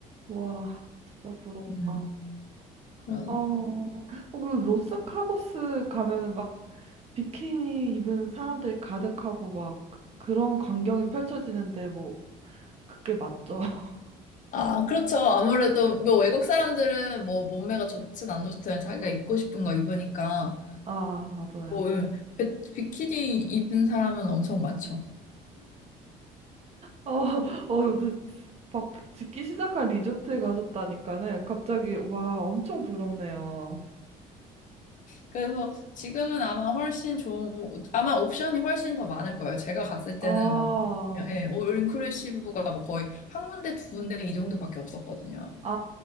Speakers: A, on the right; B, on the left.
A: 와, 진짜 부럽다.
B: 음, 그래서
A: 어, 어, 그 로스카보스 가면은 막 비키니 입은 사람들이 가득하고 막 그런 광경이 펼쳐지는데 뭐 그게 맞죠? <laughs>
B: 아, 그렇죠. 아무래도 뭐 외국 사람들은 뭐 몸매가 좋든 안 좋든 자기가 입고 싶은 거 입으니까
A: 아, 맞아요.
B: 뭐 예, 비- 비키니 입은 사람은 엄청 많죠.
A: 어, 어, 근데 막 짓기 시작한 리조트에 가셨다니까는 갑자기 와, 엄청 부럽네요.
B: 그래서 지금은 아마 훨씬 좋은, 아마 옵션이 훨씬 더 많을 거예요. 제가 갔을 때는
A: 아,
B: 막, 예, 올 인클루시브가 뭐 거의 한 군데, 두 군데 이 정도밖에 없었거든요.
A: 아,